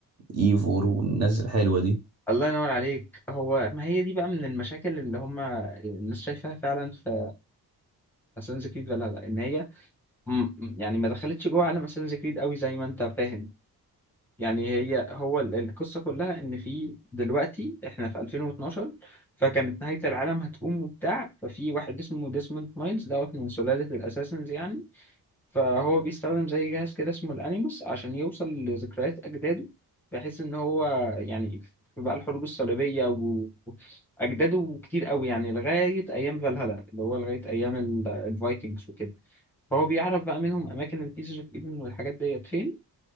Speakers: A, on the right; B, in the centre.
A: وايفور والناس الحلوة دي
B: الله ينور عليك هو ما هي دي بقى من المشاكل اللي هم الناس شايفاها فعلا في اساسنز كريد ولا لا ان هي م- م- يعني ما دخلتش جوه عالم اساسنز كريد قوي زي ما انت فاهم يعني هي هو ال- القصة كلها ان في دلوقتي احنا في 2012 فكانت نهاية العالم هتقوم وبتاع ففي واحد اسمه ديسموند مايلز دوت من سلالة الاساسنز يعني فهو بيستخدم زي جهاز كده اسمه الانيموس عشان يوصل لذكريات اجداده بحيث ان هو يعني في بقى الحروب الصليبيه و- واجداده كتير قوي يعني لغايه ايام فالهالا اللي هو لغايه ايام ال- الفايكنجز وكده فهو بيعرف بقى منهم اماكن البيسز اوف ايفن والحاجات ديت فين